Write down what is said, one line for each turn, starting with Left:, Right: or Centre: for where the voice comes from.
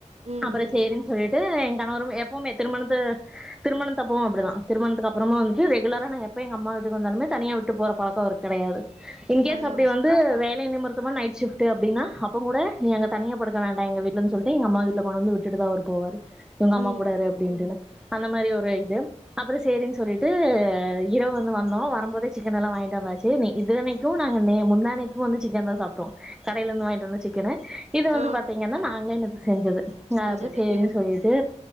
Right: ம்
Centre: அப்பற
Right: ம்
Centre: சரின் சொல்ட்டு என் கனவரு எப்பமே திருமணத்து திருமணதப்பவு அப்டிதா திருமணத்துக்கு அப்பறமா வந்துட்டு ரெகுலரா நா எப்ப எங்க அம்மா வீட்டுக்கு வந்தாலுமே தனியா விட்டு போற பழக்க அவருக் கெடையாது இன்கேஸ்
Right: அதா
Centre: அப்டி வந்து வேலை நிமிர்த்தமா நைட் ஷிப்ட் அப்டின்னா அப்பங் கூட நீ அங்க தனியா படுக்க வேண்டா எங்க வீட்டுலன் சொல்ட்டு எங்க அம்மா வீட்ல கொண்டு வந்து விட்டுட்டுதா அவரு போவாரு உங்க
Right: ம்
Centre: அம்மா கூட இரு அப்டின்ட்டுனு அந்த மாரி ஒரு இது அப்பற சரின் சொல்லிட்டு இரவு வந்து வந்தோ வரும்போது சிக்கன் எல்லா வாய்ன்ட்டு வந்தாச்சு இத்தனைக்கு நாங்க முந்தா நேத்து வந்து சிக்கன் தா சாப்ட்டோ கடைலந்து வாய்ன்ட்டு வந்த சிக்கனு இது
Right: ஆ
Centre: வந்து பாத்தீங்கனா நாங்களே நேத்து செஞ்சது
Right: செஞ்சது
Centre: அப்பற சேரின்
Right: ம்
Centre: சொல்லிட்டு